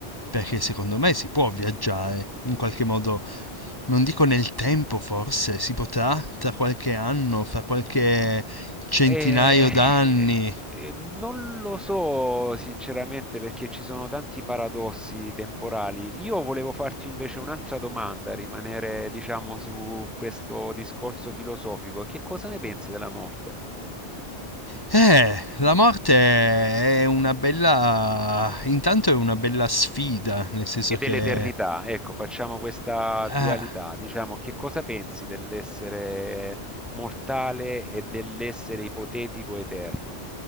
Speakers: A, on the left (about 20°); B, in the centre.
A: perché secondo me si può viaggiare in qualche modo, non dico nel tempo forse, si potrà tra qualche anno, fra qualche centinaio
B: Eh,
A: d'anni.
B: eh, non lo so sinceramente perché ci sono tanti paradossi temporali. Io volevo farti invece un'altra domanda, rimanere, diciamo, su questo discorso filosofico. Che cosa ne pensi della morte
A: Eh, la morte è una bella... intanto è una bella sfida, nel senso
B: e
A: che...
B: dell'eternità? Ecco, facciamo questa
A: ah,
B: dualità, diciamo, che cosa pensi dell'essere mortale e dell'essere ipotetico eterno?